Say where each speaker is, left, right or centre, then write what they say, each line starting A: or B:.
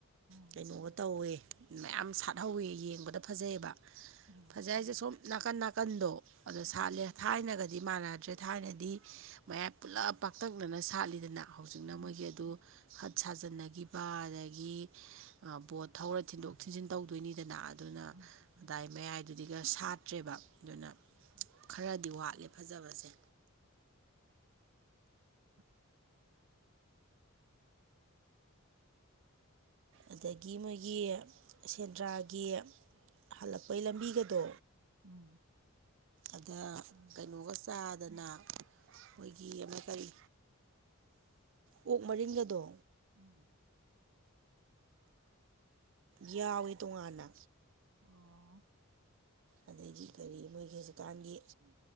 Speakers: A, on the right (about 75°); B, on the right (about 55°).
A: ꯎꯝ
B: ꯀꯩꯅꯣꯒ ꯇꯧꯋꯦ ꯃꯌꯥꯝ ꯁꯥꯠꯍꯧꯋꯦ ꯌꯦꯡꯕꯗ ꯐꯖꯩꯑꯕ ꯐꯖꯩꯁꯦ
A: ꯎꯝ
B: ꯁꯨꯝ ꯅꯥꯀꯟ ꯅꯥꯀꯟꯗꯣ ꯑꯗꯣ
A: ꯎꯝ
B: ꯁꯥꯠꯂꯦ ꯊꯥꯏꯅꯒꯗꯤ ꯑꯗꯨꯗꯤ ꯃꯥꯟꯅꯗ꯭ꯔꯦ ꯊꯥꯏꯅꯗꯤ ꯃꯌꯥꯝ ꯄꯨꯜꯂꯞ ꯄꯥꯛꯇꯛꯅꯅ ꯁꯥꯠꯂꯤꯗꯅ ꯍꯧꯖꯤꯛꯅ
A: ꯎꯝ
B: ꯃꯣꯏꯒꯤ ꯑꯗꯨ ꯍꯠ ꯁꯥꯖꯟꯅꯈꯤꯕ ꯑꯗꯒꯤ ꯕꯣꯠ ꯊꯧꯔ ꯊꯤꯟꯗꯣꯛ ꯊꯤꯟꯖꯤꯟ ꯇꯧꯗꯣꯏꯅꯤꯗꯅ ꯑꯗꯨꯅ
A: ꯎꯝ
B: ꯑꯗꯥꯏ ꯃꯌꯥꯏꯗꯨꯗꯤꯒ ꯁꯥꯠꯇ꯭ꯔꯦꯕ ꯑꯗꯨꯅ ꯈꯔꯗꯤ ꯋꯥꯠꯂꯦ ꯐꯖꯕꯁꯦ
A: <inaudible> <unintelligible>
B: ꯑꯗꯒꯤ ꯃꯣꯏꯒꯤ ꯁꯦꯟꯗ꯭ꯔꯥꯒꯤ ꯍꯜꯂꯛꯄꯩ ꯂꯝꯕꯤꯒꯗꯣ
A: ꯎꯝ
B: ꯑꯗ ꯀꯩꯅꯣꯒ ꯆꯥꯗꯅ ꯃꯣꯏꯒꯤ ꯑꯃ ꯀꯔꯤ
A: <unintelligible> <inaudible>
B: ꯑꯣꯛ ꯃꯔꯤꯡꯒꯗꯣ
A: ꯎꯝ
B: ꯌꯥꯋꯋ ꯇꯨꯡ ꯑꯅꯥ
A: ꯑꯣ
B: ꯑꯗꯒꯤ ꯀꯔꯤ ꯃꯣꯏꯒꯤ ꯍꯧꯖꯤꯛꯀꯥꯟꯗꯤ